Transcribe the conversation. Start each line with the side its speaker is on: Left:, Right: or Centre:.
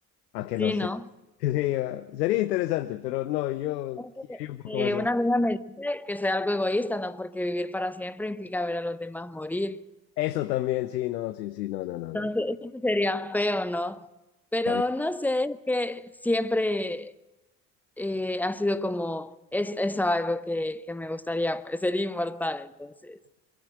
Left: aunque
Centre: <laughs> sí,
Left: no sé.
Centre: ¿no?
Left: <laughs> Sí, ah, sería interesante, pero no, yo
Centre: Entonces,
Left: quería un poco
Centre: Eh,
Left: más.
Centre: una
Left: a-
Centre: amiga me dice que soy algo egoísta, ¿no? Porque vivir para siempre implica ver a los demás morir.
Left: Eso también, sí, no, sí, sí, no, no, no, no,
Centre: Entonces,
Left: no.
Centre: eso sí sería feo, ¿no? Pero
Left: También.
Centre: no sé, es que siempre eh, ha sido como, es, eso algo que, que me gustaría, pues, ser inmortal, entonces.